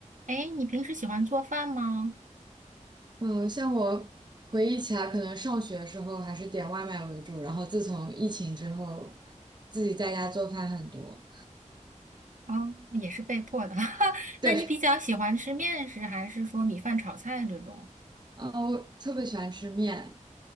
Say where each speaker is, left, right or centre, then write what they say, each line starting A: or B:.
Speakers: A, on the right (about 75°); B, on the right (about 35°).
A: 哎，你平时喜欢做饭吗？
B: 嗯，像我回忆起来，可能上学的时候还是点外卖为主，然后自从疫情之后，自己在家做饭很多。
A: 哦，也是被迫的。<laughs>
B: 对，
A: 那你比较喜欢吃面食，还是说米饭炒菜这种？
B: 啊、我特别喜欢吃面，